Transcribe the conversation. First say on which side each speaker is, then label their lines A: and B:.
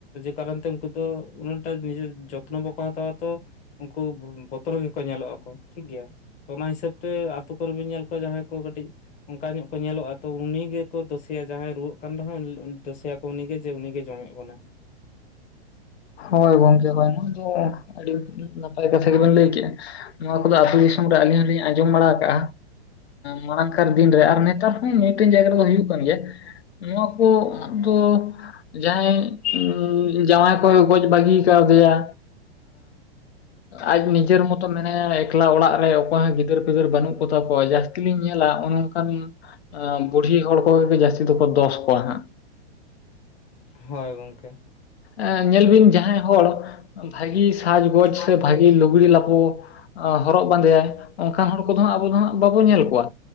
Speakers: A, on the left; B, on the left.
A: ᱠᱟᱨᱚᱱ ᱛᱮ ᱩᱱᱠᱩ ᱫᱚ ᱩᱱᱟᱹᱝᱴᱟ ᱱᱤᱡᱮᱨ ᱡᱚᱛᱱᱚ ᱵᱟᱠᱚ ᱦᱟᱛᱟᱣᱟ ᱛᱚ ᱩᱱᱠᱩ ᱡᱚᱛᱚ ᱨᱮᱜᱮᱠᱚ ᱧᱮᱞᱚᱜᱼᱟᱠᱚ ᱴᱷᱤᱠ ᱜᱮᱭᱟ ᱛᱚ ᱚᱱᱟ ᱦᱤᱥᱟᱹᱵ ᱛᱮ ᱟᱛᱳ ᱠᱚᱨᱮ. ᱵᱤᱱ ᱧᱮᱞ ᱧᱟᱢ ᱠᱚᱣᱟ ᱡᱟᱦᱟᱸᱭ ᱠᱚ ᱠᱟᱹᱴᱤᱡ ᱚᱱᱠᱟ ᱧᱚᱜ ᱠᱚ ᱧᱮᱞᱚᱜᱼᱟ ᱠᱚ ᱛᱚ ᱩᱱᱤ ᱜᱮ ᱠᱚ ᱫᱳᱥᱮᱭᱟ ᱡᱟᱸᱦᱟᱭ ᱨᱩᱣᱟᱹᱜ ᱠᱟᱱ ᱨᱮᱸᱦᱚᱭ ᱫᱳᱥᱮᱭᱟᱠᱚ ᱡᱮ ᱩᱱᱤᱜᱮ ᱡᱮ ᱩᱱᱤᱜᱮ ᱡᱚᱢᱮᱫ ᱵᱚᱱᱟᱭ
B: ᱦᱳᱭ ᱜᱚᱢᱠᱮ ᱦᱚᱭ ᱱᱚᱣᱟ ᱫᱚ ᱟᱹᱰᱤ ᱱᱟᱯᱟᱭ ᱠᱟᱛᱷᱟ ᱜᱮᱵᱮᱱ ᱞᱟᱹᱭ ᱠᱮᱜᱼᱟ᱾ ᱱᱚᱣᱟ ᱠᱚᱫᱚ ᱟᱹᱛᱩ ᱫᱤᱥᱚᱢ ᱨᱮ ᱟᱹᱞᱤᱧ ᱦᱚᱸᱞᱤᱧ ᱟᱸᱡᱚᱢ ᱵᱟᱲᱟ ᱠᱟᱜᱼᱟ᱾ ᱢᱟᱲᱟᱝᱠᱟᱨ ᱫᱤᱱ ᱨᱮ ᱟᱨ ᱱᱮᱛᱟᱨ ᱦᱚᱸ ᱢᱤᱫᱴᱮᱱ ᱡᱟᱭᱜᱟ ᱨᱮᱫᱚ ᱦᱩᱭᱩᱜ ᱠᱟᱱ ᱜᱮᱭᱟ᱾ ᱱᱚᱣᱟ ᱠᱚ ᱫᱚ ᱡᱟᱸᱦᱟᱭ ᱡᱟᱶᱟᱭ ᱠᱚᱭ ᱜᱚᱡ ᱵᱟᱹᱜᱤ ᱠᱟᱣᱫᱮᱭᱟ ᱟᱡ ᱱᱤᱡᱮᱨ ᱢᱚᱛᱚ ᱢᱮᱱᱟᱭᱟ ᱮᱠᱞᱟ ᱚᱲᱟᱜ ᱨᱮ ᱚᱠᱚᱭ ᱦᱚᱸ ᱜᱤᱫᱟᱹᱨ ᱯᱤᱫᱟᱹᱨ ᱵᱟᱹᱱᱩᱜ ᱠᱚᱛᱟ ᱠᱚᱣᱟ ᱡᱟᱹᱥᱛᱤ ᱛᱤ ᱜᱮᱢ ᱧᱮᱞᱟ ᱚᱱᱮ ᱚᱱᱠᱟᱱ ᱵᱩᱲᱦᱤ ᱦᱚᱲ ᱠᱚᱜᱮ ᱡᱚ ᱡᱟᱹᱥᱛᱤ ᱫᱚᱠᱚ ᱫᱚᱥ ᱠᱚᱣᱟ ᱦᱟᱸᱜ
A: ᱦᱳᱭ ᱜᱚᱢᱠᱮ
B: ᱮ ᱧᱮᱞ ᱵᱤᱱ ᱡᱟᱸᱦᱟᱭ ᱦᱚᱲ ᱵᱷᱟᱜᱤ ᱥᱟᱡᱽᱜᱚᱡᱽ
A: ᱥᱟᱡᱽ
B: ᱥᱮ
A: ᱜᱚᱡ
B: ᱞᱩᱜᱽᱲᱤ ᱞᱟᱯᱩ ᱦᱚᱨᱚᱜ ᱵᱟᱸᱫᱮᱭᱟᱭ, ᱚᱝᱠᱟᱱ ᱦᱚᱲ ᱠᱚᱫᱚ ᱦᱟᱸᱜ ᱟᱵᱚ ᱫᱚ ᱦᱟᱸᱜ ᱵᱟᱵᱚᱱ ᱧᱮᱞ ᱠᱚᱣᱟ᱾